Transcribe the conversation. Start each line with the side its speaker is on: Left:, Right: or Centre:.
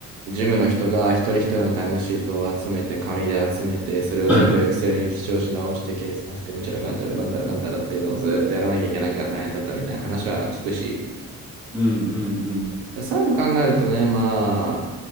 Right: ジムの人が一人一人のタイムシートを集めて、紙で集めて、それを全部エクセルに記帳し直して、
Centre: <laughs>
Right: 計算して、うんちゃらかんちゃら、なんたらかんたらっていうのをずっとやらなきゃいけないが大変だったみたいな話は聞くし、
Centre: うんうんうん
Right: そういうの考えるとね、まあ、